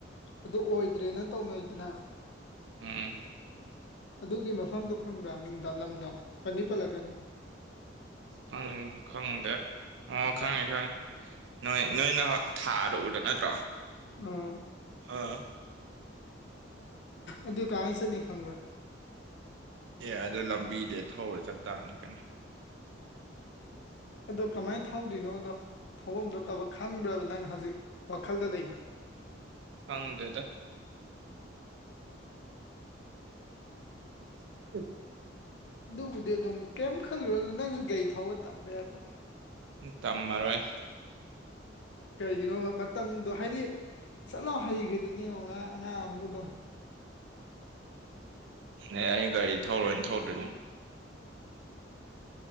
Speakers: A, on the left; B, on the right.
A: ꯑꯗꯨ ꯑꯣꯏꯗ꯭ꯔꯦ ꯅꯪ ꯇꯧꯅꯩꯗꯅ
B: ꯎꯝ
A: ꯑꯗꯨꯒꯤ ꯃꯐꯝꯗꯣ ꯈꯪꯕ꯭ꯔꯥ ꯃꯤꯡꯗ ꯂꯝꯗ ꯄꯅꯤ ꯄꯜꯂꯛꯀꯅꯣ
B: ꯪ ꯈꯪꯗꯦ ꯑꯣ ꯈꯪꯉꯦ ꯈꯪꯉꯦ ꯅꯣꯏ ꯅꯣꯏꯅ ꯊꯥꯗ ꯎꯗꯣ ꯅꯠꯇ꯭ꯔꯣ
A: ꯎꯝ
B: ꯑꯥ
A: ꯑꯗꯨ ꯀꯃꯥꯏꯅ ꯆꯠꯅꯤ ꯈꯪꯕ꯭ꯔꯥ
B: ꯑꯦ ꯑꯗꯨꯗ ꯂꯝꯕꯤꯗ ꯊꯧꯔ ꯆꯠꯇꯥꯥꯔꯅꯤ ꯀꯩꯅꯣ
A: ꯑꯗꯣ ꯀꯃꯥꯏꯅ ꯊꯧꯗꯣꯏꯅꯣꯗꯣ ꯊꯧꯐꯝꯗꯨꯣ ꯀꯕ ꯈꯪꯕ꯭ꯔꯕ ꯅꯪ ꯍꯧꯖꯤꯛ ꯋꯥꯈꯜꯗ ꯂꯩꯕ꯭ꯔꯥ
B: ꯈꯪꯗꯦꯗꯥ ꯎ ꯎꯝ <inaudible>
A: ꯑꯗꯨꯕꯨꯗꯤ ꯑꯗꯨꯝ ꯀꯤꯝ ꯈꯜꯂꯨꯔꯅ ꯅꯪꯁꯨ ꯒꯥꯔꯤ ꯊꯧꯕ ꯇꯝꯕ ꯌꯥꯏ ꯄꯣꯠꯅꯤ
B: ꯇꯝꯃꯔꯣꯏ
A: ꯀꯔꯤꯒꯤꯅꯣꯕ ꯃꯇꯝꯗꯣ ꯍꯥꯏꯗꯤ ꯆꯠꯂꯥꯎꯅ ꯍꯩꯈ꯭ꯔꯦꯗꯨꯅꯦ ꯌꯦꯡꯉꯣ ꯉꯔꯥꯡ ꯑꯉꯥꯡ ꯑꯃꯗꯣ ꯑꯗꯨꯝ
B: ꯑꯦ ꯑꯩ ꯒꯥꯔꯤ ꯊꯧꯔꯣꯏꯅ ꯊꯧꯗꯔ꯭ꯤꯅꯦ